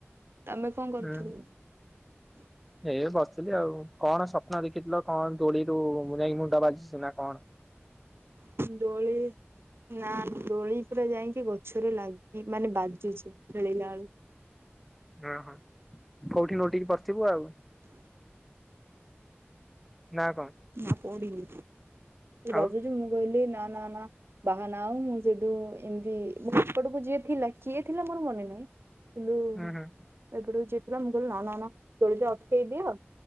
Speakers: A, on the right; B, in the centre.
A: ତମେ କଣ କରୁଥିଲ?
B: ହୁଁ ଏଇ ବସିଲି ଆଉ କଣ ସ। କଣ ଦେଖିଥିଲେ କଣ ଦୋଲିରୁୁ ଯାଇ ମୁଣ୍ଡ ବାଜିଚୁ ନା କଣ?
A: ଦୋଳି ନା ଦୋଳି। ପୁରା ଯାଇକି ଗଛରେ ଲାଗ୍ ଏଇ ମାନେ ବାଜୁଛି ଖେଳିଳାକୁ।
B: ଅ ହଁ କୋଉଠି ନୋଉଟିକି ପଡଥିବୁ ଆଉ। ନା କଣ
A: ନା ପୋଡିନି ତୁ
B: ଆଉ
A: ବାଜୁଚୁ ମୁଁ କହିଲି ନା ନା ନା ବାହାନା ଆଉ ମୁଁ ସେଠୁ ଏମତି ମୋ ଏପଟକୁ ଯିଏ ଥିଲା କିଏ ଥିଲା ମୋର ମନେ ନାହିଁ। <unintelligible>
B: ହୁଁ ହୁଁ
A: ଏପଟକୁ ଯେ ମୁଁ କହିଲି ନା ନା ନା ଦୋଳିଟା ଅଟକାଇଦିଅ।